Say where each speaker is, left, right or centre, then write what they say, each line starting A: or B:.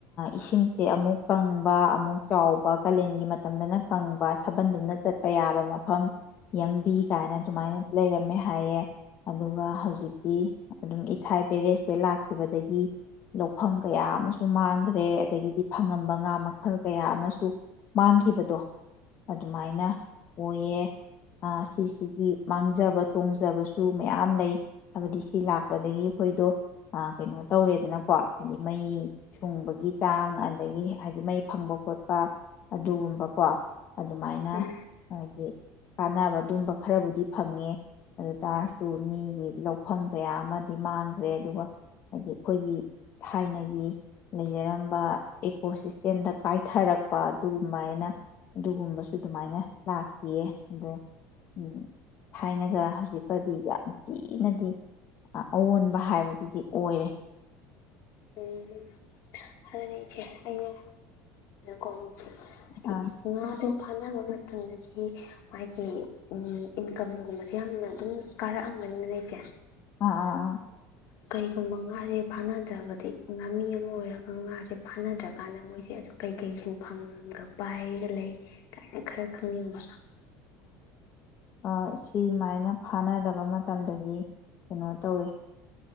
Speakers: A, on the left; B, on the left.
A: ꯏꯁꯤꯡꯁꯦ ꯑꯃꯨꯛ ꯀꯪꯕ ꯑꯃꯨꯛ ꯆꯥꯎꯕ ꯀꯥꯂꯦꯟꯒꯤ ꯃꯇꯝꯗꯅ ꯀꯪꯕ ꯁꯥꯕꯟꯗꯨꯝꯅ ꯆꯠꯄ ꯌꯥꯕ ꯃꯐꯝ ꯌꯦꯡꯕꯤ ꯀꯥꯏꯅ ꯑꯗꯨꯃꯥꯏꯅ ꯂꯩꯔꯝ ꯃꯦ ꯍꯥꯏꯌꯦ ꯑꯗꯨꯒ ꯍꯧꯖꯤꯛꯇꯤ ꯑꯗꯨꯝ ꯏꯊꯥꯏ ꯄꯕꯦꯔꯦꯖꯁꯦ ꯂꯥꯛꯈꯤꯕꯗꯒꯤ ꯂꯧꯐꯝ ꯀꯌꯥ ꯑꯃꯁꯨ ꯃꯥꯡꯈ꯭ꯔꯦ ꯐꯔꯦ ꯑꯗꯒꯤꯗꯤ ꯐꯪꯉꯝꯕ ꯉꯥ ꯃꯈꯜ ꯀꯌꯥ ꯑꯃꯁꯨ ꯃꯥꯡꯈꯤꯕꯗꯣ ꯑꯗꯨꯃꯥꯏꯅ ꯑꯣꯏꯌꯦ ꯑ ꯁꯤꯁꯤꯒꯤ ꯃꯥꯡꯖꯕ ꯇꯣꯡꯖꯕꯁꯨ ꯃꯌꯥꯝ ꯂꯩ ꯍꯥꯏꯕꯗꯤ ꯁꯤ ꯂꯥꯛꯄꯗꯒꯤ ꯑꯩꯈꯣꯏꯗꯣ ꯀꯩꯅꯣ ꯇꯧꯔꯦꯗꯅꯀꯣ ꯍꯥꯏꯗꯤ ꯃꯩ ꯁꯨꯡꯕꯒꯤ ꯆꯥꯡ ꯑꯗꯒꯤ ꯍꯥꯏꯗꯤ ꯃꯩ ꯐꯪꯕ ꯈꯣꯠꯄ ꯑꯗꯨꯒꯨꯝꯕꯀꯣ ꯑꯗꯨꯃꯥꯏꯅ
B: ꯎꯝ ꯎꯝ
A: ꯍꯥꯏꯗꯤ ꯀꯥꯟꯅꯕ ꯑꯗꯨꯝꯕ ꯈꯔꯕꯨꯗꯤ ꯐꯪꯉꯦ ꯑꯗꯨ ꯇꯥꯔꯁꯨ ꯃꯤꯒꯤ ꯂꯧꯐꯝ ꯀꯌꯥ ꯑꯃꯗꯤ ꯃꯥꯡꯈ꯭ꯔꯦ ꯑꯗꯨꯒ ꯍꯥꯏꯗꯤ ꯑꯩꯈꯣꯏꯒꯤ ꯊꯥꯏꯅꯒꯤ ꯂꯩꯖꯔꯝꯕ ꯏꯀꯣ ꯁꯤꯁꯇꯦꯝꯗ ꯀꯥꯏꯊꯔꯛꯄ ꯑꯗꯨꯒꯃꯥꯏꯅ ꯑꯗꯨꯒꯨꯝꯕꯁꯨ ꯑꯗꯨꯃꯥꯏꯅ ꯂꯥꯛꯈꯤꯌꯦ ꯑꯗꯣ ꯎ ꯊꯥꯏꯅ ꯍꯧꯖꯤꯛꯄꯗꯤ ꯅꯤꯡꯊꯤꯅꯗꯤ ꯑꯑꯣꯟꯕ ꯍꯥꯏꯕꯗꯨꯗꯤ ꯑꯣꯏꯔꯦ
B: ꯎꯝ ꯑꯗꯨꯅꯦꯩꯅꯅ ꯀꯣꯃ ꯍꯥꯏꯗꯤ
A: ꯑꯥ
B: ꯉꯥꯗꯣ ꯐꯥꯅꯕ ꯑꯃ ꯃꯇꯝꯗꯗꯤ ꯃꯥꯒꯤ ꯏꯟꯀꯝꯒꯨꯝꯕꯁꯦ ꯌꯥꯝꯅ ꯑꯗꯨꯝ ꯀꯥꯔꯛꯑꯝꯕꯅꯤꯅ ꯂꯩꯁꯦ
A: ꯑꯥ ꯑꯥ ꯑꯥ
B: ꯀꯩꯒꯨꯝꯕ ꯉꯥꯁꯦ ꯐꯥꯅꯗꯕꯗ ꯍꯥꯏꯗꯤ ꯉꯥꯃꯤ ꯑꯃ ꯑꯣꯏꯔꯒ ꯉꯥꯁꯦ ꯐꯥꯅꯗ꯭ꯔꯀꯥꯟꯗ ꯃꯣꯏꯁꯦ ꯑꯗꯨ ꯀꯩꯀꯩ ꯁꯤꯟꯐꯝꯒ ꯄꯥꯏꯒ ꯂꯩ ꯀꯥꯏꯅ ꯈꯔ ꯈꯪꯅꯤꯡꯕ
A: ꯑ ꯁꯤꯃꯥꯏꯅ ꯐꯥꯅꯗꯕ ꯃꯇꯝꯗꯗꯤ ꯀꯩꯅꯣ ꯇꯧꯋꯦ